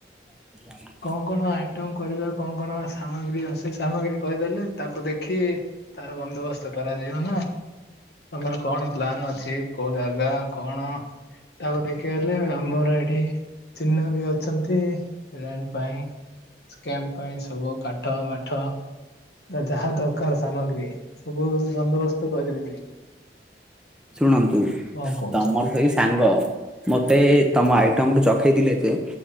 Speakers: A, in the centre; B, on the left.
A: ଜ <inaudible>
B: କଣ କଣ ଆଇଟମ କରିବା କଣ କଣ ସାମଗ୍ରୀ ରୋଷେଇ ସାମଗ୍ରୀ କହିଦେଲେ ତାକୁ ଦେଖି ତାର ବନ୍ଦୋବସ୍ତ କରାଯିବ ନା ତମର କଣ ପ୍ଲାନ ଅଛି? କୋଉ ଜାଗା କଣ? ତାକୁ ଦେଖିଗଲେ ଆମୋର ଏଠି ଚିହ୍ନା ବି ଅଛନ୍ତି। <unintelligible> ପାଇଁ କ୍ସେମ୍ ପାଇଁ ସବୁ କାଠ ବାଠ। ଯାହା ଦରକାର ସାମଗ୍ରୀ ସବୁ ବନ୍ଦୋବସ୍ତ କରିଦେବି।
A: ଶୁଣନ୍ତୁ
B: କଣ କହୁଛ?
A: ତମ ହେଇ ସାଙ୍ଗ ମତେ ତମ ଆଇଟମ ଟୁ ଚଖେଇଥିଲେ ଯେ